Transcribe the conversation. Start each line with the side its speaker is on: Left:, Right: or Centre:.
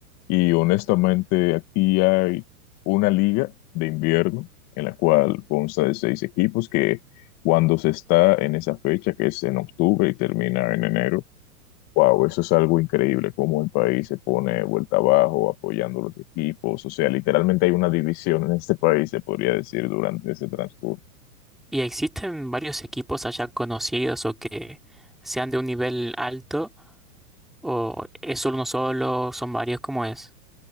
Left: y honestamente aquí hay una liga de invierno en la cual consta de seis equipos que cuando se está en esa fecha, que es en octubre y termina en enero, Wow, eso es algo increíble, cómo el país se pone vuelta abajo apoyando los equipos. O sea, literalmente hay una división en este país, se podría decir, durante ese transcurso.
Centre: ¿Y existen varios equipos allá conocidos o que sean de un nivel alto o es solo uno solo, son varios, como es?